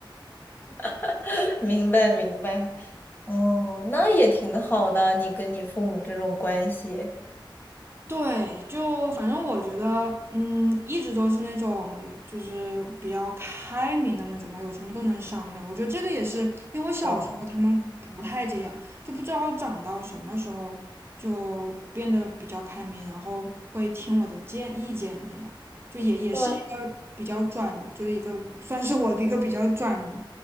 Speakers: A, on the left; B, on the right.
A: <laughs> 明白，明白。哦，那也挺好的，你跟你父母这种关系。
B: 对，就反正我觉得，嗯，一直都是那种就是比较开明的那种嘛，有什么都能商量。我觉得这个也是因为我小时候他们不太这样，
A: 哇
B: 就不知道长到什么时候就变得比较开明，然后会听我的建意见那样，就也也是一个比较转，
A: 哇
B: 就是一个算是我一个比较转